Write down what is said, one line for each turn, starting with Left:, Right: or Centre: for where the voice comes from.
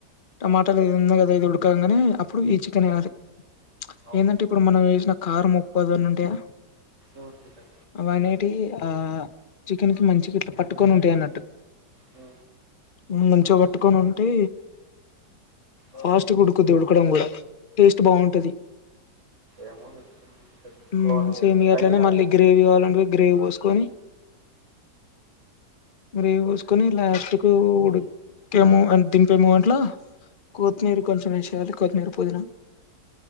Left: టమాటాలు ఇది ఉంది. కదా ఇది ఉడకంగనే అప్పుడు ఈ చికెన్ వేయ్యాలె
Right: అవును
Left: ఏందంటే ఇప్పుడు మనం వేసిన కార్ ముప్పదన్ ఉంటయా
Right: అంతే
Left: అవేటియి ఆ చికెన్ కి మంచిగా ఇట్లా పట్టుకొని ఉంటాయి అన్నట్టు
Right: అ
Left: ఉ మంచిగా కట్టుకొని ఉంటే
Right: ఆ
Left: ఫాస్ట్ గా ఉడుకుద్ది ఉడకడం కూడా టేస్ట్ బాగుంటది
Right: ఏమో తెచ్చుకున్నా తెచ్చుకోవాలి
Left: ఉ సేమ్ ఇగ
Right: అయ్యాక
Left: అట్లనే మళ్ళీ గ్రేవీ కావాలంటే గ్రేవీ పోసుకొని మరి ఏమ్ కోసు కొని ఇట్ల కట్టు ఉడికేము అ దింపేము అంట్ల కొత్తిమీర కొంచెం ఏ షేయాలి కొత్తిమీర పుదీనా